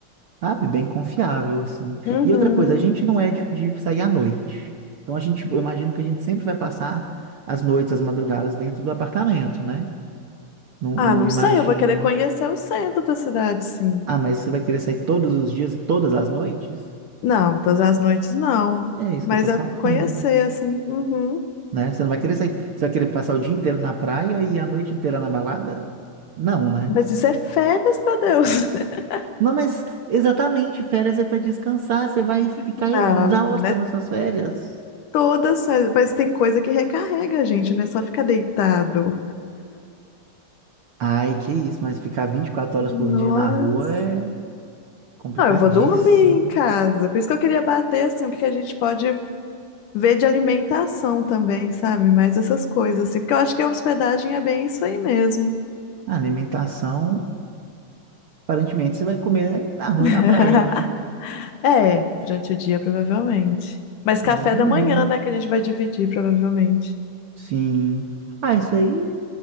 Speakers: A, on the right (about 55°); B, on the left (about 75°).
A: sabe? Bem confiável, assim.
B: Uhum.
A: E outra coisa, a gente não é de, de sair à noite. Então a gente, eu imagino que a gente sempre vai passar as noites, as madrugadas dentro do apartamento, né? Não,
B: Ah,
A: eu não
B: não
A: imagino.
B: sei, eu vou querer conhecer o centro da cidade, sim.
A: Ah, mas você vai querer sair todos os dias e todas as noites?
B: Não, todas as noites não.
A: É isso
B: Mas
A: que eu tô
B: é
A: falando,
B: conhecer, assim. Uhum.
A: né? Você não vai querer sair, você vai querer passar o dia inteiro na praia e a noite inteira na balada? Não, né?
B: Mas isso é férias, meu Deus. <laughs>
A: Não, mas exatamente, férias é para descansar, você vai ficar
B: Não,
A: exausta
B: né?
A: nas suas férias.
B: Todas, férias, mas tem coisa que recarrega a gente, né? Só ficar deitado.
A: Ai, que isso, mas ficar vinte e quatro
B: Nossa.
A: horas por dia na rua é complicadíssimo.
B: Não, eu vou dormir em casa. Por isso que eu queria bater, assim, o que que a gente pode. ver de alimentação também, sabe? Mais essas coisas, assim, porque eu acho que a hospedagem é bem isso aí mesmo.
A: A alimentação, aparentemente, você vai comer na rua
B: <laughs>
A: e na praia, né?
B: É, durante o dia, provavelmente. Mas
A: Pois
B: café da manhã,
A: é.
B: né, que a gente vai dividir, provavelmente.
A: Sim. Ah, isso aí,